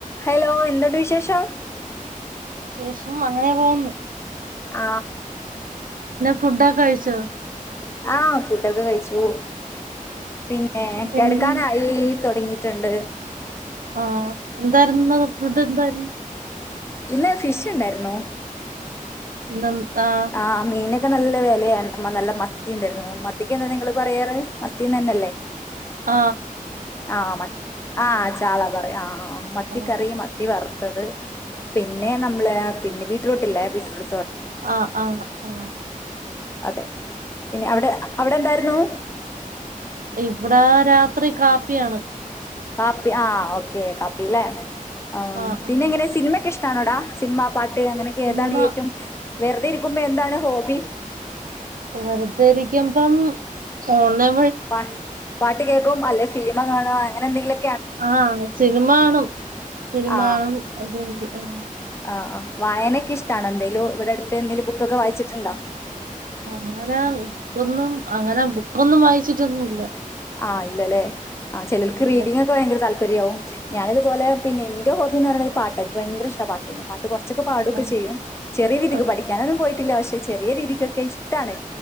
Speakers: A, on the left (about 20°); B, on the right (about 75°).
A: Hello എന്ണ്ട് വിശേഷം?
B: വിശേഷം അങ്ങനെ പോകുന്നു
A: ആ
B: ഫൂണ്ട കഴിച്ചോ
A: ആ ഫുട്ടൊക്കെ കഴിച്ചു പിന്നെ
B: പിന്നെ
A: കിടക്കാനായി തുടങ്ങി ട്ടണ്ട്
B: ആ എന്തായിരുന്നു ഫുഡ് എന്തായിരുന്നു?
A: ഇന്ന് ഫിഷ ഉണ്ടായിന്നു
B: ഇന്ന് ആഹ്
A: ആ മീന ക്കെ നല്ല വിലയാണ്മ്മ നല്ല മത്തി ഇണ്ടായിരുന്നു മത്തിക്ക് എന്താ നിങ്ങള് പറയാറ് മത്തിന്ന് തന്നെയല്ലേ
B: ആ
A: ആ മ ആ ചാള പറ ആ മത്തി
B: ആഹ്
A: കറി മത്തി വറ ത്തത് പിന്നെ നമ്മള് പിന്നെ ബീറ്ററൂട്ട്ല്ലേ ബീറ്ററൂ്
B: ആ ആ ആ
A: അതെ പിന്നെ അവിടെ അവിടെ എന്തായിരുന്നു?
B: ഇവിടെ രാത്രി കാപ്പിയാണ്.
A: കാപ്പി ആ ഓക്കേ കാപ്പി ല്ലെ ആ
B: ആഹ്
A: പിന്നെ
B: ആഹ്
A: എങ്ങനെ സിനിമക്കെ ഇഷ്ടണോടാ സിനിമ പാട്ട് അങ്ങനെയൊക്കെ
B: സിനിമ
A: താണ് ഏറ്റവും വെറുതെ ഇരിക്കുമ്പോ എന്താണ് ഹോബി
B: വെറുതെരിക്കുമ്പം ഓണ-
A: പ പാട്ട് കേൾക്കും അല്ലെ ഫിലിമ കാണ അങ്ങനെ എന്തെങ്കിലും
B: ആ സിനിമ ണും സിനിമാ
A: ആ
B: അത ആ
A: ആ വായനൊക്കെ ഇഷ്ടണോ എന്തേലും ഇവിടെ അടുത്ത് എന്തേങ്കലും ബുക്കൊക്കെ വായിച്ചിട്ടുണ്ടോ
B: അങ്ങനെ ബുക്കൊന്നും അങ്ങനെ ബുക്കൊന്നും വായിച്ചിട്ടൊന്നുല്ല
A: ആ ഇല്ലല്ലേ ആ ചിലർക്ക്
B: അല്ല
A: റീഡിംഗ ഒക്കെ ഭയങ്കര താല്പര്യമാവും ഞാന ഇതുപോലെ പിന്നെ ഹോബിന്ന് പറയ പാട്ട എനി ഭയങ്ക ഇഷ്ട പാട്ട കുറച്ചൊക്കെ പാടൊക്കെ
B: ആഹ്
A: ചെയ്യും ചെറിയ രീതിക്ക്
B: ആഹ്
A: പഠിക്കാനൊന്നും പോയിട്ടില്ല പക്ഷെ ചെറിയ രീതിക്കൊക്കെ ഇഷ്ടണ്